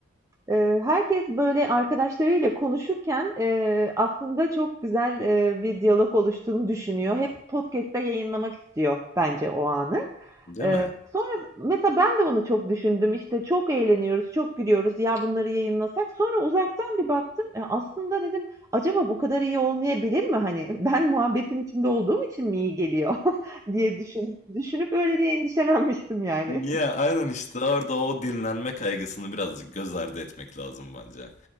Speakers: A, on the right; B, on the left.
A: Eee, herkes, böyle, arkadaşlarıyla konuşurken, eee, aslında çok güzel, eee, bir diyalog oluştuğunu düşünüyor. Hep podcast'te yayınlamak istiyor bence o anı.
B: değil
A: Eee,
B: mi?
A: sonra mesela ben de onu çok düşündüm. İşte çok eğleniyoruz, çok gülüyoruz. Ya bunları yayınlasak. Sonra uzaktan bir baktım. E, aslında dedim acaba bu kadar iyi olmayabilir mi? Hani <laughs> ben muhabbetin içinde olduğum için mi iyi geliyor <laughs> diye düşün, düşünüp öyle bir endişelenmiştim yani.
B: Ya aynen işte orada o dinlenme kaygısını birazcık göz ardı etmek lazım bence.